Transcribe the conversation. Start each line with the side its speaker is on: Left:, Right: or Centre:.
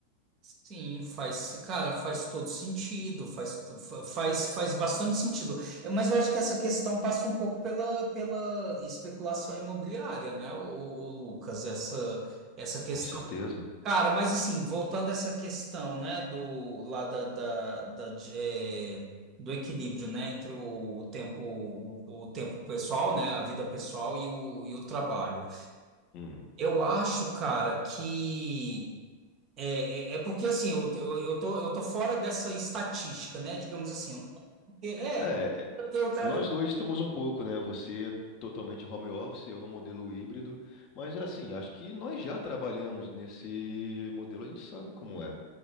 Right: Sim, faz, cara, faz todo sentido, faz, to- fa- faz, faz bastante sentido. É, Mas eu acho que essa questão passa um pouco pela, pela especulação imobiliária, né, o, o Lucas, essa, essa questão.
Left: Com certeza.
Right: Cara, mas assim, voltando a essa questão, né, do, lá da, da, da, de- é, do equilíbrio, né, entre o, o tempo, o, o tempo pessoal, né, a vida pessoal e o, e o trabalho.
Left: Hum.
Right: Eu acho, cara, que é, é, é porque assim, eu, te- eu, eu tô, eu tô fora dessa estatística, né? Digamos assim. Eu não te- É,
Left: É, é,
Right: porque eu, tra-
Left: nós
Right: eu-
Left: dois temos um pouco, né? Você totalmente home office, eu no modelo híbrido, mas assim, acho que nós já trabalhamos nesse modelo, a gente sabe como é.